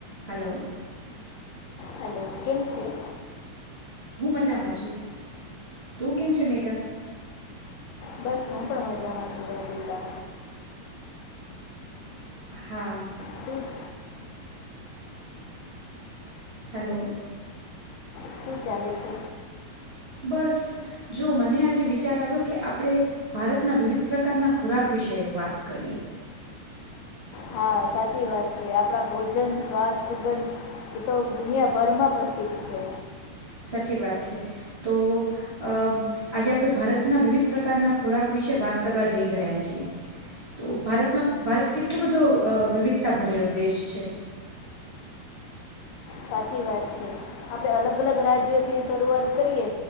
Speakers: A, on the right; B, on the left.
A: હલો
B: હલો <inaudible> કેમ છેે
A: હું મજામાં છું. તું કેમ છે? મેઘા
B: બસ હું પણ મજામાં છું. વ દીધા
A: હા.
B: શું <unintelligible>
A: હલો
B: શું ચાલે છે?
A: બસ જો મને આજે વિચાર આવ્યો કે આપણે ભારતના વિવિધ પ્રકારના ખોરાક વિશે વાત કરીએ.
B: હા સાચી વાત છે. આપડા ભોજન સ્વાદ સુગંધ એતો દુનિયાભરમાં પ્રસિદ્ધ છે.
A: સાચી વાત છે. તો અ આજે આપણે ભારતના વિવિધ પ્રકારના ખોરાક વિશે વાત કરવા જઈ રહ્યા છીએ. તો ભારતમાં ભારત કેટલું બધું વિવિધતા ભરેલો દેશ છે.
B: સાચી વાત છે આપડે અલગ અલગ રાજ્યો થી શરૂઆત કરીએ